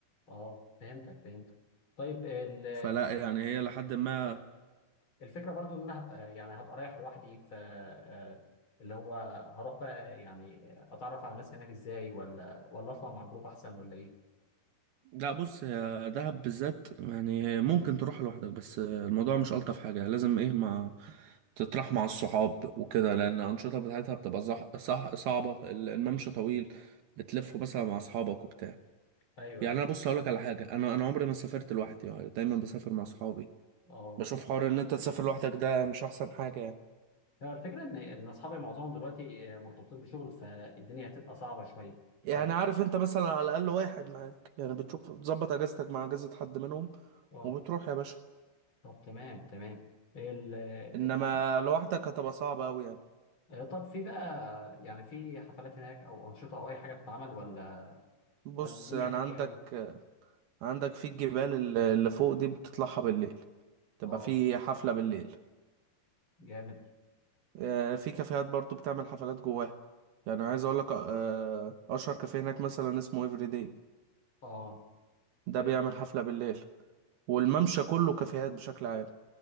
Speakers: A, on the left; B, on the right.
A: اه فهمتك فهمتك طيب ال-
B: فلا يعني هي لحد ما
A: الفكره برضو ان انا هبقى يعني هبقى رايح لوحدي ف آه، اللي هو هروح بقى يعني اتعرف على الناس هناك ازاي ولا ولا اطلع مع جروب احسن ولا ايه؟
B: لا بص هي دهب بالذات يعني ممكن تروح لوحدك بس الموضوع مش ألطف حاجة لازم ايه ما تطرح مع الصحاب وكده لأن الأنشطة بتاعتها بتبقى صح صح صعبة ال- الممشى طويل بتلفه مثلا مع أصحابك وبتاع
A: ايوه
B: يعني
A: ايوه
B: أنا بص هقولك على حاجة أنا أنا عمري ما سافرت لوحدي يعني دايما بسافر مع أصحابي
A: اه
B: بشوف حوار إن أنت تسافر لوحدك ده مش أحسن حاجة يعني
A: هو الفكره ان ان اصحابي معظمهم دلوقتي آه، مرتبطين بشغل فالدنيا هتبقى صعبه شويه
B: يعني
A: ف
B: عارف أنت مثلا على الأقل واحد معاك يعني بتشوف بتظبط أجازتك مع أجازة حد منهم
A: اه
B: وبتروح يا باشا
A: طب تمام تمام ال ال-
B: إنما لوحدك هتبقى صعبة أوي يعني
A: آه، طب في بقى يعني في حفلات هناك او انشطه او اي حاجه بتتعمل ولا
B: بص
A: ولا الدنيا
B: يعني عندك
A: هاديه قوي؟
B: عندك في الجبال ال- اللي فوق دي بتطلعها بالليل تبقى
A: اه
B: في حفلة بالليل
A: جامد
B: آه، في كافيهات برضو بتعمل حفلات جواها يعني عايز اقول لك آه، اشهر كافيه هناك مثلا اسمه ايفري داي
A: اه
B: ده
A: إيه،
B: بيعمل حفلة بالليل والممشى كله كافيهات بشكل عام